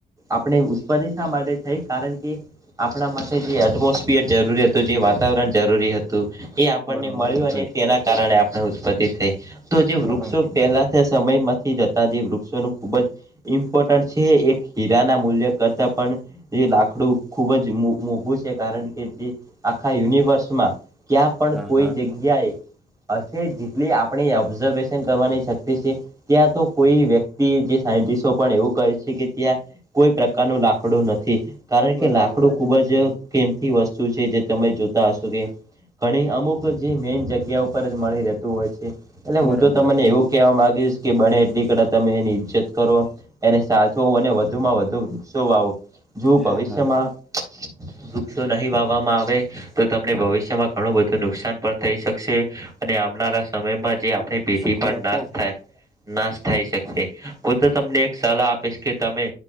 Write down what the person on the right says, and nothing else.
આપણે ઉત્પાદ શા માટે છે કારણ કે આપણા માટે જે એટમોસ્ફિયર જરૂરી હતું જે વાતાવરણ જરૂરી હતું. એ આપણને
મળ્યું અને તેના કારણે આપણે ઉત્પત્તિ થઈ. તો જે
વૃક્ષો
પહેલા સમયમાંથી જતા જે વૃક્ષોનું ખૂબ જ ઇમ્પોર્ટન્ટ છે એક હીરાના મૂલ્ય કરતાં પણ એ લાકડું ખુબ જ મોઘું છે કારણ કે જે આખા યુનિવર્સમાં ક્યાં પણ
કોઈ
જગ્યા જગ્યાએ અ જેટલી આપણે ઓબ્ઝર્વેશન કરવાની શક્તિ છે. ત્યાં તો કોઈ વ્યક્તિ જે સાયન્ટિસ્ટો પણ એવું કહે છે કે ત્યાં કોઈ પ્રકારનું લાકડું નથી કારણ
કે લાકડું ખુબ જ કેમથી વસ્તુ છે. જે તમે જોતા હશો કે ઘણી અમુક જે મેન જગ્યા ઉપર જ મળી રહેતું હોય છે એટલે
હું તો તમને એવું કેહેવા માંગીશ કે બને એટલી કર તમે એની ઈજ્જત કરો એને સાચવો અને વધુમાં વધુ વૃક્ષો વાવો. જો ભવશમાં
વૃક્ષો નહીં વાવામાં આવે તો તમને ભવિષ્યમાં ઘણું બધું નુકસાન પણ થઈ શકશે. અને આવનારા સમયમાં જે આપણી પેટી
પણ નાશ
થાય. નાશ થાય શકશે હું તો તમને એક સલાહ આપીશ કે તમે